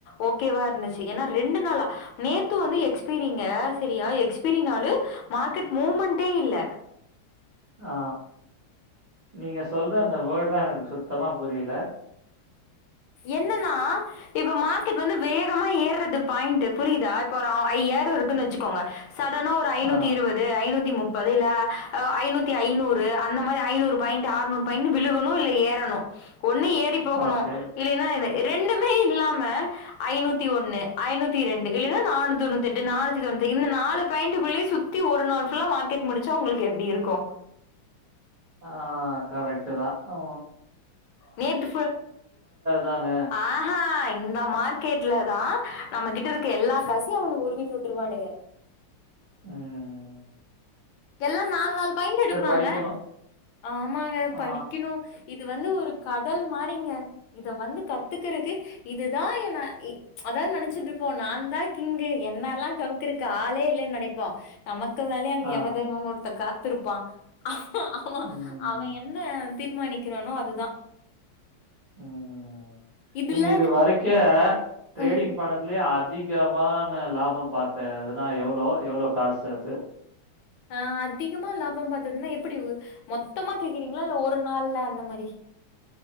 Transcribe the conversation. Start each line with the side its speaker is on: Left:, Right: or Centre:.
Left: ஓகேவா இருந்துச்சு ஏனா ரெண்டு நாளா நேத்து வந்து எக்ஸ்பீரிங்க செரியா எக்ஸ் பிரிநாளு மார்க்கெட் மூமெண்டே இல்ல
Right: ஆ ஆ நீங்க சொல்ற அந்த வேர்டுலா எனக்கு சுத்தமா புரில
Left: என்னன்னா இப்ப மார்க்கெட் வந்து வேகமா ஏறது பாயிண்ட்டு புரிதா இப்ப ஐயாயிரோ இருக்குன் வச்சுக்கோங்க சடனா ஒரு ஐநூத்தி
Right: ஆ.
Left: இருவ து ஐநூத்தி முப்பது இல்ல ஐநூத்தி ஐநூறு அந்த மாரி ஐநூறு பாயிண்ட் ஆற் பாய்ண்ட்டு விழுகணு இல்ல ஏறணு ஒண்ணு ஏறி போகணு
Right: ஓகே.
Left: இல்லன்னா ரெண்டுமே இல்லாம ஐநூத்தி ஒண்ணு ஐநூத்தி ரெண்டு இல்லன்னா நானூத்தி தொண்ணூத்தெட் டு நானூத்தி தொண்ணூத்து இந்த நாலு பாயிண்ட்டுக்குள்ளயே சுத்தி ஒரு நாள் ஃபுல்லா மார்க்கெட் முடிச்சா ஒங்களுக்கு எப்டி இருக்கு
Right: ஆ கரெக்ட்டு தா ஓ
Left: நேத்து ஃபு
Right: தாங்க.
Left: ஆஹா இந்த மார் கெட்ல தா நம்ம கிட்ட இருக்க எல்லா காசயு அவனுங்க உருவிட்டுருவானுங்க
Right: ம் ம் ம்
Left: எல்லா நால் நால் பாய்ண்ட்டு எடுப்பாங்க
Right: படிக்கணும்.
Left: ஆமாங்க
Right: ஆ.
Left: படிக்கணு இது வந்து ஒரு கடல் மாறிங்க இத வந்து கத்துக்கறக்கு இதுதா என்ன அதான் நெனச்சிட்ருப்போ நா தா கிங்கு என்னல்லா கவுக்கறக்கு ஆளே இல்லைன் நெனை ப்போ நமக்குமேலயு அங்க
Right: ஆ.
Left: எமதர்மன் ஒருத்தே காத்துருப்பா ஆ ஆமா
Right: ம்.
Left: அவேன் என்ன தீர்மானிக்கிறானோ அதுதா
Right: ம்
Left: இதுல
Right: நீங்க இது வரைக்கு ட்ரேடிங்
Left: ம்.
Right: பண்ணதுலயே அதிகமானா லாபோ பாத்த இதுனா எவ்ளோ எவ்ளோ காசு அது
Left: ஆ அதிகமா லாபம் பாத்ததுன்னா எப்டி மொத்தமா கேக்குறீங்ளா இல்ல ஒரு நாள்ல அந்த மாரி